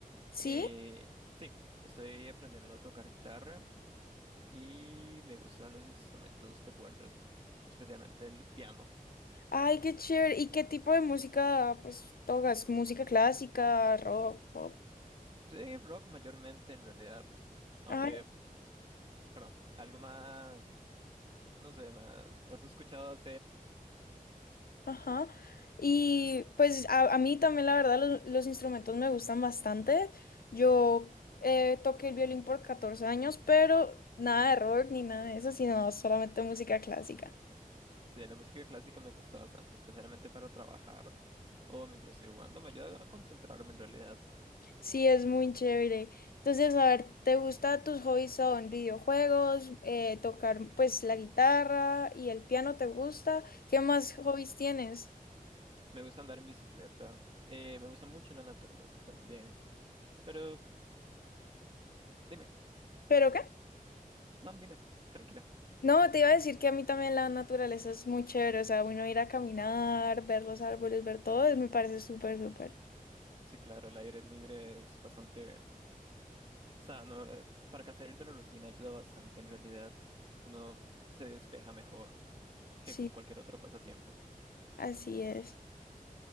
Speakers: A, on the left; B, on the right.
A: ¿Sí?
B: Eh, sí, estoy aprendiendo a tocar guitarra y me gustan los instrumentos de cuerdas, especialmente el piano.
A: Ay, qué chévere. ¿Y qué tipo de música, pues, tocas? ¿Música clásica, rock, pop?
B: Sí, rock mayormente en realidad, aunque,
A: Ay,
B: perdón, algo más, no sé, más, ¿has escuchado a
A: ajá. Y pues a, a mí también, la verdad, los, los instrumentos me gustan bastante. Yo eh, toqué el violín por 14 años, pero nada de rock ni nada de eso, sino solamente música clásica.
B: De la música clásica me gusta bastante, especialmente para trabajar o mientras estoy jugando, me ayuda a concentrarme en realidad.
A: Sí, es muy chévere. Entonces, a ver, ¿te gusta tus hobbies son videojuegos, eh, tocar pues la guitarra y el piano te gusta? ¿Qué más hobbies tienes?
B: Me gusta andar en bicicleta, eh, me gusta mucho la naturaleza también, pero dime,
A: ¿Pero qué?
B: no, dime, tranquila.
A: No, te iba a decir que a mí también la naturaleza es muy chévere, o sea, uno ir a caminar, ver los árboles, ver todo, es- me parece súper, súper.
B: Sí, claro, el aire libre es bastante sano. es- Para que salir de la rutina ayuda bastante, en realidad. Uno se despeja mejor que
A: Sí,
B: con cualquier otro pasatiempo.
A: así es.